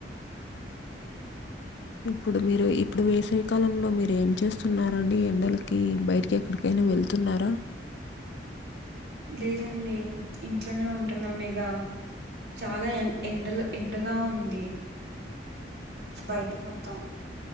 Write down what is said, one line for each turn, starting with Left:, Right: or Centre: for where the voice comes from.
Left: ఇప్పుడు మీరు ఇప్పుడు వేసవి కాలంలో మీరు ఏం చేస్తున్నారండి ఎండలకీ బైట్ కెక్కడికైనా వెళ్తున్నారా
Right: లేదండి ఇంట్లనే ఉంటున్నాం ఇగ చాలా ఎన్ ఎండలు ఎండగా ఉంది బయట మొత్తం